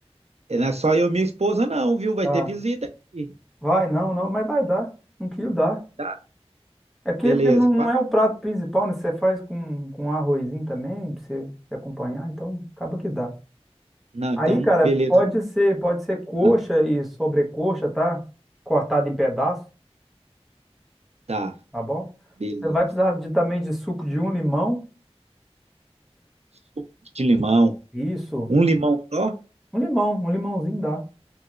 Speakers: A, on the right; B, in the centre.
A: é, não é só eu e minha esposa não, viu? Vai
B: tá.
A: ter visita aqui,
B: Vai, não, não, mas vai dar. Um quilo dá.
A: tá?
B: É porque,
A: Beleza,
B: porque não, não
A: quatro-
B: é o prato principal, né? Você faz com, com arrozinho também, pra você, você acompanhar, então acaba que dá.
A: Não, então,
B: Aí, cara,
A: beleza.
B: pode ser, pode ser coxa
A: Ah,
B: e sobrecoxa, tá? Cortado em pedaço,
A: Tá,
B: tá bom?
A: beleza.
B: Você vai precisar de, também de suco de um limão.
A: Suco de limão,
B: Isso.
A: um limão só?
B: Um limão, um limãozinho dá,